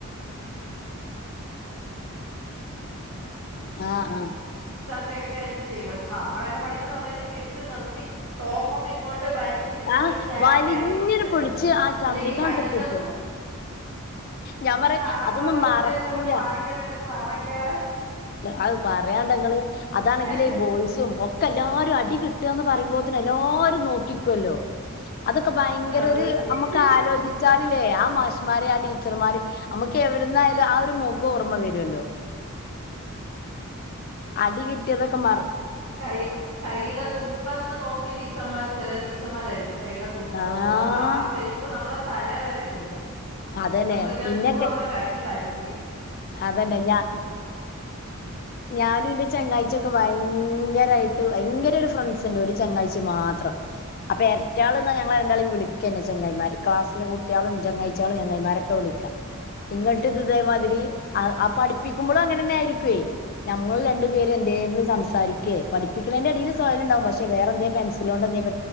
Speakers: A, on the left; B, on the right.
A: ആഹ് ആഹ്
B: ടേക്ക് കെയറിംഗ് നമ്മളൊക്കെപഠിക്കുന്ന സമയത്ത്, പിടിച്ചു നിർത്തി ടോപ്പൊക്കെ ഇങ്ങോട്ട് വലിഞ്ഞ് പിടിച്ചിട്ട്
A: ആഹ്
B: ബാക്കിലായിരിക്കും
A: വലിഞ്ഞിനെ
B: തരുന്നത്
A: പൊളിച്ച് ആ ചതിക്കങ്ങട്ട്
B: അല്ലെങ്കിൽ കൈയിടത്ത്
A: കിട്ടും ഞാൻ പറയാ
B: ആ ആമ്പിള്ളേരെ
A: അതൊന്നും മറക്കൂല
B: മുമ്പിൽ വെച്ച് അതൊക്കെ വാങ്ങിക്കുമ്പോ എന്ത് നാണക്കേടാ
A: അത് പറയാണ്ടങ്ങള് അതാണെങ്കിൽ
B: അല്ലേ
A: ബോയ്സ് ഒക്കെല്ലാരും അടി കിട്ടുകന്ന് പറയ്പോ തെ എല്ലാരും നോക്കി ല്ലോ അതൊക്കെ ഭയങ്കര
B: ആ അതല്ലേ
A: ഒരു നമുക്ക് ആലോചിച്ചാൽ ലേ ആ മാഷ്മാര് ആ ടീച്ചർമാര് നമ്മുക്ക് എവിടുന്നായാലും ആ ഒരു മുഖം ഓർമ്മ വരുമല്ലോ അടികി റ്റതൊക്കെ മറ
B: കൈ കൈട തുമ്പത്ത് നോക്കി ടീച്ചർ മരി ചെല ടീച്ചർമാര് അടിക്കും കൈയുടെ തുമ്പത്ത്
A: ആഹ്
B: അപ്പൊ ആ പെരുപ്പ് നമ്മളെ തലെ വരക്കെ
A: അതന്നെ
B: നമ്മളക്കൻ
A: ഇന്നൊക്കെ
B: നൂറ്വണ കരി വാലി
A: അതന്നെ ഞാ ഞാനുംന്റെ ചങ്ങാഴ്ചൊക്കെ വാ ഭയങ്കരമായിട്ട് ഭയങ്കര ഒരു ഫ്രണ്ട്സ് ഉണ്ട് ഒരു ചങ്ങാഴ്ച്ച മാത്രം അപ്പൊ എരറ്റ ആള് എന്നാ ഞങ്ങളെ രണ്ടാളും വിളിക്ക തന്നെ ചെങ്ങായിമാര് ക്ലാസ്സിലെ കുട്ടികളും ചങ്ങാഴ്ച്ചകളും ചെങ്ങായിമാരൊക്കെ വിളിക്ക ഇങ്ങട്ട ഇത് ഇതിലി അപ്പാ അടിക്ക് ടിക്കുമ്പോ അങ്ങനെ തന്നെ ആയിരിക്കുവേ നിങ്ങൾ രണ്ടു പേര് എന്തെിലും സം സരിക്കേ പഠിപ്പിക്കണേന്റെ എടിയില് സവയലംണ്ടാവും പക്ഷെ വേറെ എന്തേലും പെൻസിലോ കൊണ്ട് എന്തേങ്കും